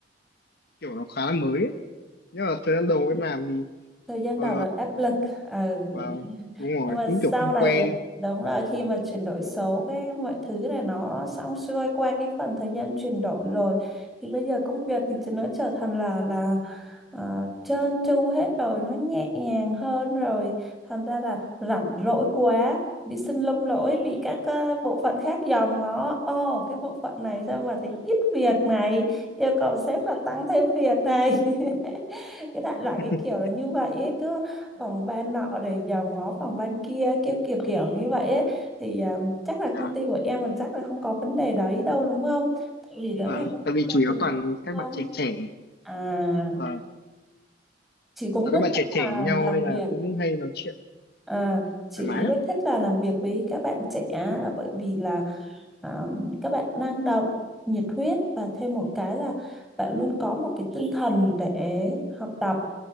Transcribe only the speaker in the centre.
thời gian
đầu là áp lực ừ.
nhưng mà
sau
này
đúng là khi mà chuyển đổi số cái mọi thứ này nó xong xuôi qua cái phần thời gian chuyển đổi rồi thì bây giờ công việc thì nó trở thành là là ờ, trơn tru hết rồi nó nhẹ nhàng hơn rồi thành ra là rảnh rỗi quá bị sưng lông lỗi bị các ờ, bộ phận khác dòm ngó ồ cái bộ phận này sao mà thấy ít việc này yêu cầu sếp là tăng thêm việc này <laughs> cái đại loại
cái kiểu là như vậy ấy, cứ phòng ban nọ rồi dòm ngó phòng ban kia kiểu kiểu kiểu như vậy ấy thì ờ, chắc là công
ty của em là chắc là không có vấn đề đấy đâu đúng không tại vì đó
là công ty
gia
đình
mà,
đúng
không
à
chị cũng
rất
thích
là
làm
việc
à, chị
cũng
rất thích là làm việc với các bạn trẻ là bởi vì là à, các bạn năng động nhiệt huyết và thêm một cái là bạn luôn có một cái tinh thần để học tập